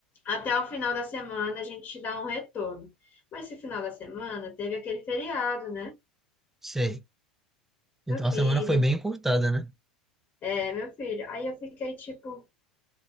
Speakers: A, on the left (about 30°); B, in the centre.
A: Até o final da semana a gente te dá um retorno. Mas esse final da semana teve aquele feriado, né?
B: Sei. Então
A: Meu filho,
B: a semana foi bem encurtada, né?
A: é, meu filho. Aí eu fiquei tipo,